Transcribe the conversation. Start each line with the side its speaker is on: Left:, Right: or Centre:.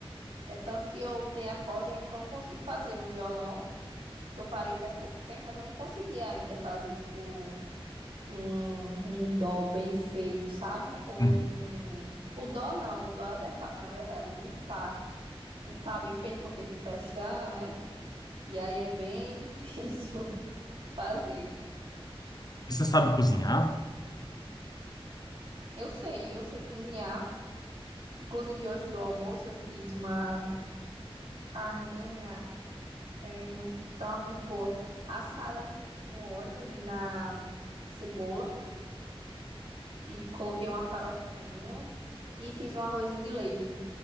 Right: É tanto que eu tenho acordes ainda que eu não consigo fazer no violão. Eu parei faz pouco tempo, mas eu não consegui ainda fazer, tipo, um, um dó bem feito, sabe? Ou
Left: Uhum.
Right: um. O dó não, o dó é até fácil, na verdade. Um fá. Um fá bem feito, porque tem pestana, né? E aí é bem <laughs> difícil fazer.
Left: E você sabe cozinhar?
Right: Eu sei, eu sei cozinhar. Inclusive, hoje pro almoço eu fiz uma carninha, é, muito, tava muito boa, assada no óleo e na cebola, e coloquei uma farofinha e fiz um arrozinho de leite.